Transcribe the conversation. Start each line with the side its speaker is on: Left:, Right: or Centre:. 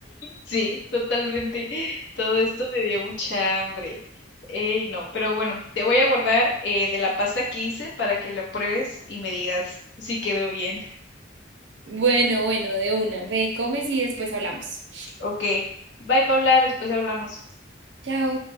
Left: Sí, totalmente. Todo esto me dio mucha hambre. Ey, no, pero bueno, te voy a guardar eh, de la pasta que hice para que la pruebes y me digas si quedó bien.
Right: Bueno, bueno, de una. Ve, comes y después hablamos.
Left: Ok, bye Paula, después hablamos.
Right: Chao.